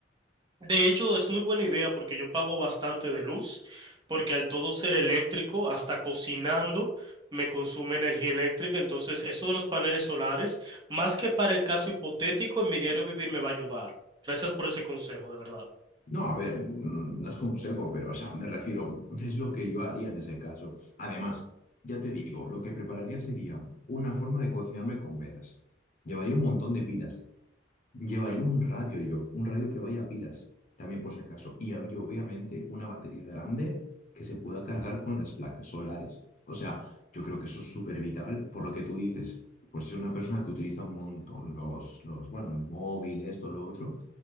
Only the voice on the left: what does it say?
No, a ver, mm, no es consejo, pero, o sea, me refiero, es lo que yo haría en ese caso. Además, ya te digo, lo que prepararía sería una forma de cocinarme con velas. Llevaría un montón de pilas. Llevaría un radio yo, un radio que vaya a pilas, también por si acaso. Y habría obviamente una batería grande que se pueda cargar con las placas solares. O sea, yo creo que eso es súper vital por lo que tú dices. Pues si es una persona que utiliza un montón los, los, bueno, el móvil, esto, lo otro,